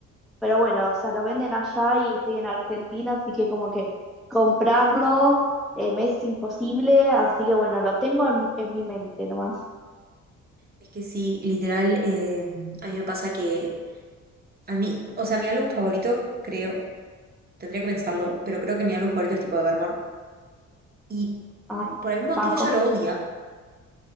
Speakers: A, in the centre; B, on the right.
A: Pero bueno, o sea, lo venden allá y estoy en Argentina, así que como que comprarlo eh, me es imposible, así que bueno, lo tengo en, en mi mente nomás.
B: Es que sí, literal, eh, a mí me pasa que A mí, o sea, mi álbum favorito, creo, tendría que pensarlo, pero creo que mi álbum favorito es tipo de Evermore. Y
A: Ay,
B: por algún motivo
A: banco.
B: ella lo odia